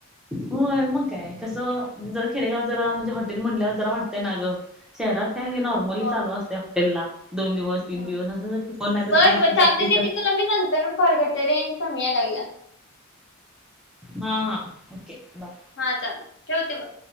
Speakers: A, in the centre; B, on the left.
A: होय मग काय कसं जरा खेडेगाव जरा म्हणजे हॉटेल म्हणल्यावर जरा वाटतंय ना गं शहरात काय हे नॉर्मली
B: हो
A: चालू असते हॉटेलला दोन दिवस
B: हम्म.
A: तीन दिवस अस कोण नाही तर
B: बरं
A: कोण असं
B: बरं चालतंय
A: जास्तीच
B: दीदी तुला मी नंतर कॉल करते रेंज कमी या लागला
A: हा हा ओके बाय
B: हा चाल ठेवते बघ